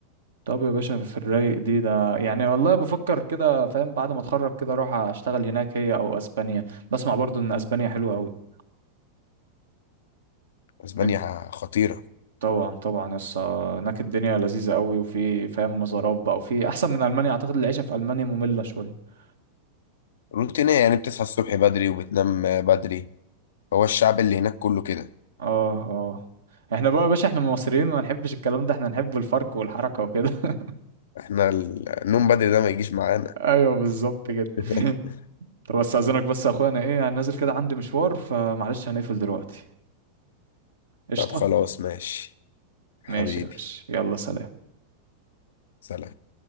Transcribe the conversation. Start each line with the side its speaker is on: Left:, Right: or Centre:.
Right: طب يا باشا في الرايق دي ده يعني والله بفكر كده فاهم بعد ما اتخرج كده اروح اشتغل هناك هي او اسبانيا بسمع برضو ان اسبانيا حلوه قوي
Left: اسبانيا
Right: من
Left: خطيره
Right: طبعا طبعا يس هناك الدنيا لذيذه قوي وفي فاهم مزارات بقى وفي احسن من المانيا اعتقد العيشه في المانيا ممله شويه
Left: روتينيه يعني بتصحى الصبح بدري وبتنام آه، بدري هو الشعب اللي هناك كله كده
Right: اه اه احنا بقى يا باشا احنا مصريين ما نحبش الكلام ده احنا نحب الفرق والحركه وكده <laughs>
Left: احنا النوم بدري ده ما يجيش معانا
Right: ايوه بالظبط كده
Left: <laughs>
Right: <laughs> طب استاذنك بس يا اخويا انا ايه انا نازل كده عندي مشوار فمعلش هنقفل دلوقتي قشطه
Left: طب خلاص ماشي حبيبي
Right: ماشي يا باشا يلا سلام
Left: سلام